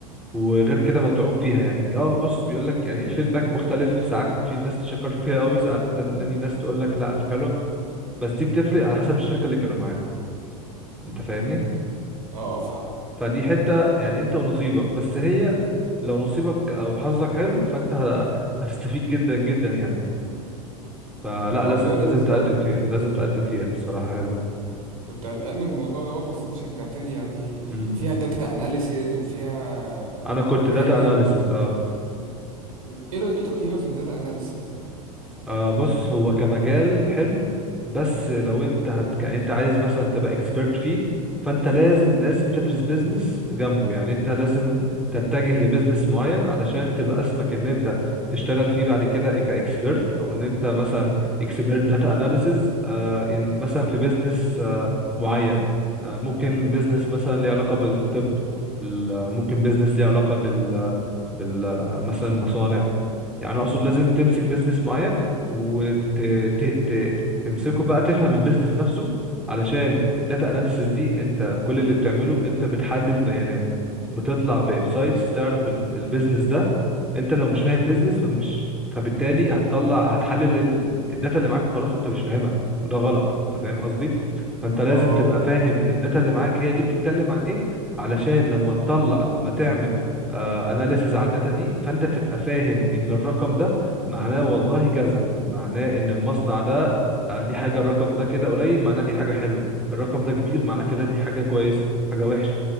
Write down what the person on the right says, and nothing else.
اه اه فاهمك
طب ده
والله لذيذ
قوي
كنت قلقان من الموضوع دوت بس انت شجعتني يعني
فيها داتا اناليسيز وفيها
بروجرامينج
و... و- ايه رأي- إيه تقييمك للداتا اناليسيز يعني
اه آه.